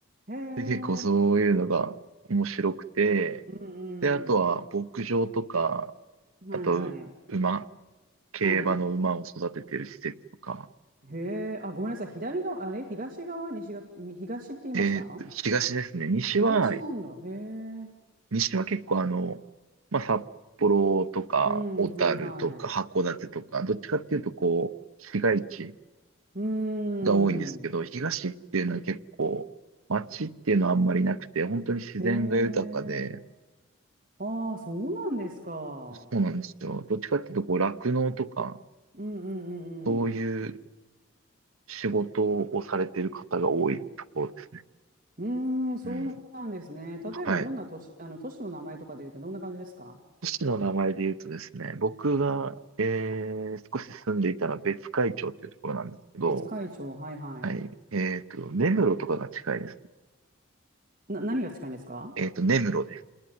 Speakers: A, on the right; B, on the right.
A: へえ。
B: で、結構そういうのが面白くて、
A: うん
B: で、あとは牧場とか、
A: うん。
B: あと、
A: はいはい。
B: 馬、競馬の馬を育ててる施設とか、
A: はい。へえ。あ、ごめんなさい。左側、あれ東側、西側、東って言いました
B: えーと東ですね。西ははい。
A: 東なんだ。へえ。
B: 西は結構あの、まあ、札幌とか、
A: うん、
B: 小樽とか、
A: はいはい。
B: 函館とか、どっちかっていうとこう、市街地
A: うーん。
B: が多いんですけど、東っていうのは結構、街っていうのはあんまりなくて、本当に自然が豊かで、
A: へえ。ああ、そうなんですか。
B: そうなんですよ。どっちかっていうとこう、酪農とか、
A: うんうんう
B: そういう
A: んうん。
B: 仕事をされている方が多いところです。
A: うーん、そうなんですね。
B: うん。
A: 例えばどんな都市、
B: はい。
A: あの、都市の名前とかで言うとどんな感じですか
B: 都市の名前で言うとですね、僕が、えー、少し住んでいたのは別海町っていうところなんですけど、
A: 別海町、はいはい。
B: はい。えっと、根室とかが近いです。
A: な、何が近いんですか
B: えっと、根室です。